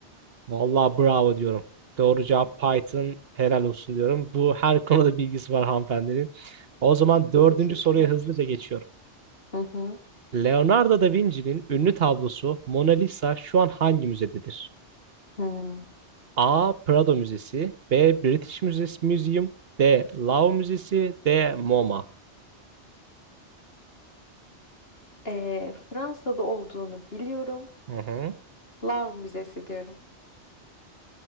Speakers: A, on the right; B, on the left.
A: Vallahi bravo diyorum. Doğru cevap Python. Helal olsun diyorum. Bu her konuda bilgisi var hanımefendinin. O zaman dördüncü
B: Teşekkürler.
A: soruya hızlıca geçiyorum.
B: Hı hı.
A: Leonardo da Vinci'nin ünlü tablosu Mona Lisa şu an hangi müzededir?
B: Hmm.
A: A. Prado Müzesi B. British Museum Museum D. Louvre Müzesi D. MoMA.
B: Ee, Fransa'da olduğunu biliyorum.
A: Hı hı.
B: Louvre Müzesi diyorum.